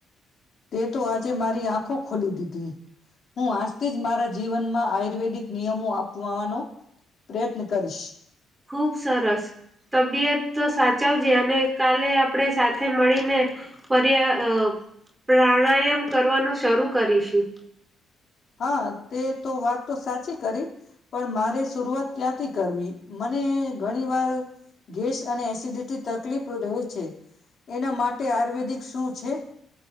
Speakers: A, on the left; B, on the right.
A: તે તો આજે મારી આંખો ખોલી દીધી. હું આજથી જ બાર જીવનમાં આયુર્વેદિક નિયમો આપવાવાનો પ્રયત્ન કરીશ.
B: ખુબ સરસ તબિયત તો સાચવજે અને કાલે આપણે સાથે મળીને પર્યા પ્રાણાયામ કરવાનું શરૂ કરીશું.
A: હા તે તો વાત તો સાચી કરી. પણ મારે શરૂઆત ક્યાંથી કરવી મને ઘણી વાર ગેસ અને એસિડિટી તકલીફ રહે છે એના માટે આયુર્વેદિક શું છે?